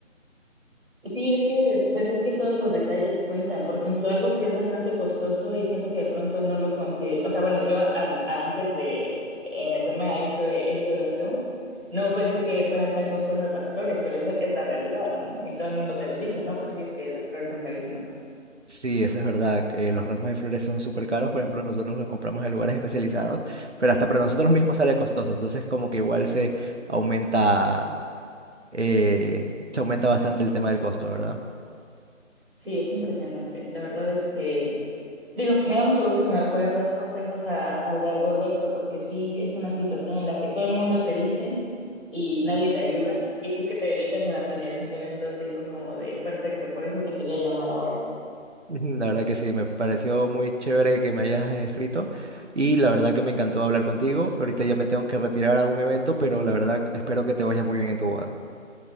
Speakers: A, in the centre; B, on the right.
A: Sí, es que, pues es que todos los detalles cuentan. Por ejemplo, algo que es bastante costoso y siento que de pronto no lo considero. O sea, bueno, yo a- a- antes de eh, meterme a esto, este evento, no pensé que fueran tan costosas las flores, pero eso es la realidad, ¿no? Y todo el mundo te lo dice, ¿no? Pues sí, es que las flores son carísimas.
B: Sí, eso es verdad, que los ramos de flores son súper caros, por ejemplo, nosotros los compramos en lugares especializados, pero hasta para nosotros
A: Y
B: mismos sale costoso, entonces como que igual se aumenta, eh, se aumenta bastante el tema del costo, ¿verdad?
A: sí, es impresionante. La verdad es que Digo, me da mucho gusto que me puedas dar consejos a- alrededor de esto, porque sí es una situación en la que todo el mundo te dice y nadie te ayuda, y tú que te dedicas a la planeación de eventos, digo como de perfecto, por eso te quería llamar ahora.
B: Ujú, La verdad que sí, me pareció muy chévere que me hayas escrito y la verdad que me encantó hablar contigo. Ahorita ya me tengo que retirar a un evento, pero la verdad espero que te vaya muy bien en tu boda.